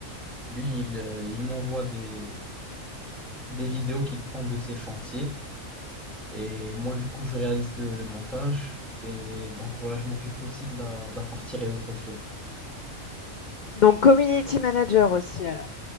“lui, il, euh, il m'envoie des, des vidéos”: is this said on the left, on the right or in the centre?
Centre